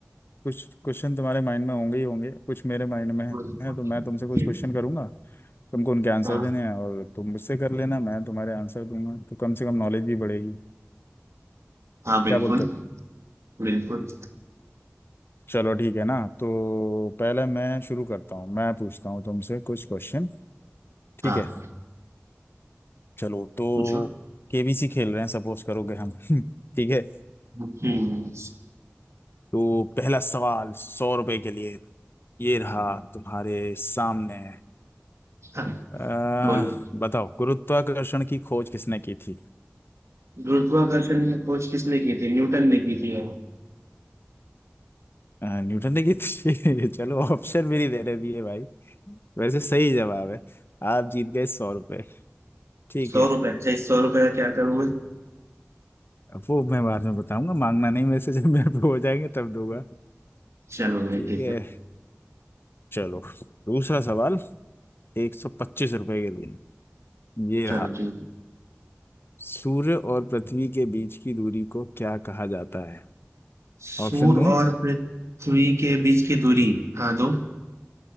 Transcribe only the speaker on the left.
कुछ क्वेश्चन तुम्हारे माइंड में होंगे ही होंगे कुछ मेरे माइंड में
है तो मैं तुमसे कुछ
क्वेश्चन करूंगा तुमको उनके आंसर
देने हैं और तुम मुझसे कर लेना मैं तुम्हारे आंसर दूंगा तो कम से कम नॉलेज भी बढ़ेगी
क्या बोलते हो
चलो ठीक है ना तो पहले मैं शुरू करता हूँ मैं पूछता हूँ तुमसे कुछ क्वेश्चन ठीक
है चलो तो
केबीसी खेल रहे हैं सपोज करोगे हम <laughs> ठीक है
तो पहला सवाल सौ रुपए के लिए ये रहा तुम्हारे सामने
अह
बताओ गुरुत्वाकर्षण की खोज किसने की थी
अह, न्यूटन ने की थी <laughs> चलो ऑप्शन भी नहीं दे रहे भी है भाई वैसे सही जवाब है आप जीत गए सौ रुपए ठीक
है
अब वो मैं बाद में बताऊंगा मांगना नहीं मेरे से जब मेरे पे हो जाएंगे तब दूंगा
ठीक
है
चलो दूसरा सवाल एक सौ पच्चीस रुपए के लिए ये
रहा
सूर्य और पृथ्वी के बीच की दूरी को क्या कहा जाता है
ऑप्शन दूं